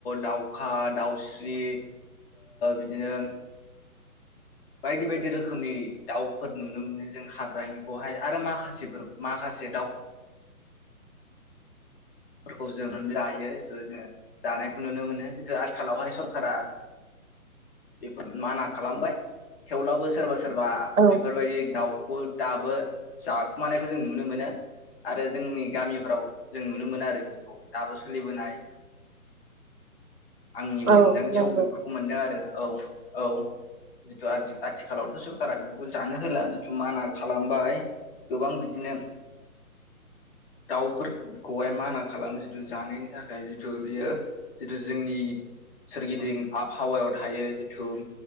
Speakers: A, on the left; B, on the right.
A: दाउखा दाउस्रि बिदिनो बायदि बायदि रोखोमनि दाउफोर नुनो मोनो जों हाग्रानिखौहाय आरो माखासेफोर माखासे दाउ फोरखौ जों जायो जोङ जानायखौ नुनो मोनो जितु आथिखालावहाय सरखारा बेफोर माना खालामबाय थेवब्लाबो सोरबा सोर सोरबा
B: औ
A: बेफोरबायदि दाउखौ दाबो जाखुमानायखौ जों नुनो मोनो आरो जोंनि गामिफ्राव जों नुनो मोनो आरो दाबो सोलिबोनाय आंनि मोनदांथियाव
B: औ नंगौ
A: बेफोरखौ मोनदों आरो औ औ जिथु आथिं आथिखालावथ' सरखारा बेखौ जानो होला जिथु माना खालामबाय गोबां बिदिनो दाउफोरखौहाय माना म खालाम जिथु जानायनि थाखाय जिथु बेयो जितु जोंनि सोरगिदिं आबहावायाव थायो जिथु